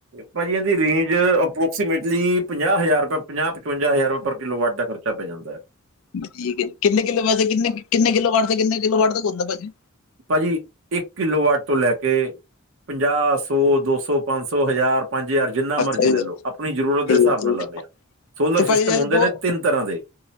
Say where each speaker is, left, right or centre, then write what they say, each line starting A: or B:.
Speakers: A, on the right (about 65°); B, on the left (about 75°).
A: ਪਾਜੀ ਐਦੀ ਰੇਂਜ ਅਪਰੋਕਸੀਮੇਟਲੀ ਪੰਜਾਹ ਹਜ਼ਾਰ ਰੁਪਏ ਪੰਜਾਹ-ਪਚਵੰਜਾ ਹਜ਼ਾਰ ਰੁਪਏ ਪਰ ਕਿਲੋ ਵਾਟ ਦਾ ਖਰਚਾ ਪੈ ਜਾਂਦਾ ਐ
B: ਠੀਕ ਏ ਕਿੰਨੇ ਕਿੱਲੋ ਪੈਸੇ ਕਿੰਨੇ ਨੇ ਕਿੱਲੋ ਵਾਟ ਦਾ ਨੇ ਕਿੱਲੋ ਵਾਟ ਤੱਕ ਹੁੰਦਾ ਭਾਜੀ।
A: ਭਾਜੀ, ਇੱਕ ਕਿਲੋ ਵਟ ਤੋਂ ਲੈ ਕੇ ਪੰਜਾਹ ਸੌ ਦੋ ਸੌ ਪੰਜ ਸੌ ਹਜ਼ਾਰ ਪੰਜ ਹਜ਼ਾਰ ਜਿੰਨਾ ਮਰਜ਼ੀ
B: ਅੱਛਾ
A: ਲੈ
B: ਜੀ
A: ਲੋ, ਅਪਨੀ ਜ਼ਰੂਰਤ ਦੇ
B: ਠੀਕ
A: ਹਿਸਾਬ
B: ਠੀਕ
A: ਨਾਲ ਲੈਂਨੇ ਆਂ ਸੋਲਰ
B: ਤੇ
A: ਸਿਸਟਮ
B: ਭਾਜੀ ਜੇ
A: ਹੁੰਦੇ
B: ਦੋ
A: ਨੇ ਤਿੰਨ ਤਰ੍ਹਾਂ ਦੇ